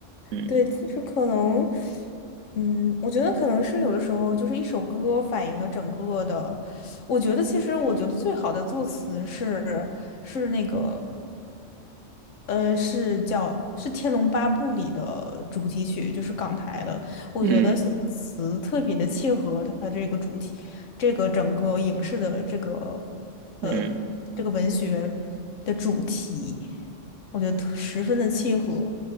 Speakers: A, on the right; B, on the left.
A: 嗯
B: 对，其实可能，嗯，我觉得可能是有的时候就是一首歌反映了整个的。我觉得其实我觉得最好的作词是是那个。呃，是叫是《天龙八部》里的主题曲，就是港台的。我觉得写的词特别的契合它的这个主题，
A: 嗯
B: 这个整个影视的这个
A: 嗯，
B: 呃这个文学的主题，我觉得特十分的契合。